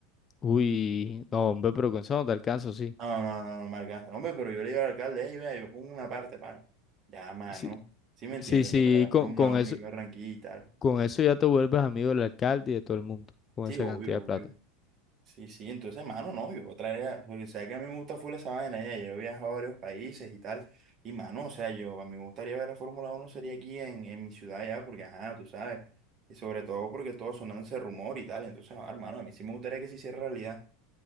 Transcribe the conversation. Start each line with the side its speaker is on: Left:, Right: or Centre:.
Left: Uy, no, hombre, pero con eso no te alcanzo, sí.
Right: No, no, no, no me alcanza. Hombre, pero yo le digo al alcalde, ey, vea, yo pongo una parte para... Ya, mano,
Left: Sí,
Right: sí me entiendes,
Left: sí, sí,
Right: para traer la Fórmula
Left: con, con
Right: Uno
Left: eso.
Right: aquí a Barranquilla y tal.
Left: Con eso ya te vuelves amigo del alcalde y de todo el mundo, con
Right: Sí,
Left: esa
Right: obvio,
Left: cantidad de
Right: obvio.
Left: plata.
Right: Sí, sí, entonces, mano no, yo traería, porque sabes que a mí me gusta full esa vaina, ya, yo he viajado a varios países y tal, y mano, o sea, yo, a mí me gustaría ver la Fórmula uno sería aquí en, en mi ciudad ya, porque ajá, tú sabes, y sobre todo porque todo sonando ese rumor y tal, entonces, ah, hermano, a mí sí me gustaría que se hiciera realidad.